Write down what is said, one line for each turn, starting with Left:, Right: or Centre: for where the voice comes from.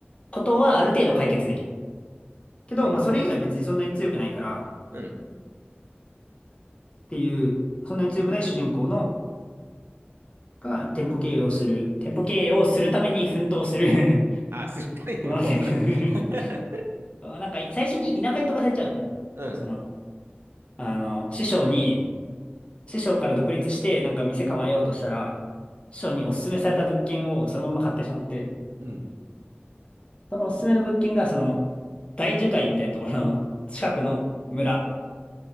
Left: ことはある程度解決できる。けど、
Right: なるほどね。
Left: まあ、それ以外は別にそんなに強くないから、
Right: うん。
Left: っていう、そんなに強くない主人公の、が店舗経営をする、店舗経営をするために奮闘する
Right: あ、するために運動するの。
Left: <laughs> 物語。<laughs>
Right: <laughs>
Left: あなんか、最初に田舎に飛ばされちゃうのね。
Right: うん。
Left: その、あの、師匠に、師匠から独立して、なんか店構えようとしたら、師匠におすすめされた物件をそのまま買ってしまって、
Right: うん。
Left: そのおすすめの物件が、その、大樹海みたいなところの近くの村。